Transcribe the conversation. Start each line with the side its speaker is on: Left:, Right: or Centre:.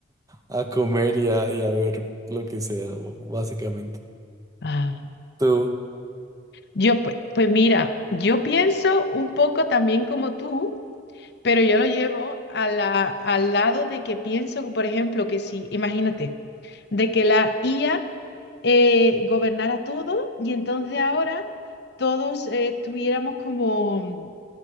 Right: a, <laughs> a comer y a, y a ver lo que sea, bo- básicamente.
Left: Ah,
Right: Tú,
Left: yo, pues, pues mira, yo pienso un poco también como tú, pero yo lo llevo a la- al lado de que pienso, por ejemplo, que si, imagínate, de que la IA eh, gobernara todo y entonces ahora todos eh, tuviéramos como...